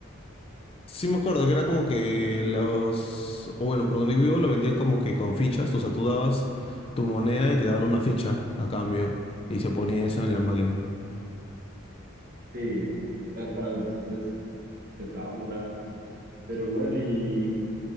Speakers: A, on the left; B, on the right.
A: Sí me acuerdo que era como que los, o bueno, por donde vivo lo vendían como que con fichas, o sea, tú dabas tu moneda y te daban una ficha a cambio y se ponía eso en la máquina.
B: Sí, tal cual. Entonces empezaba a jugar. Pero bueno, y,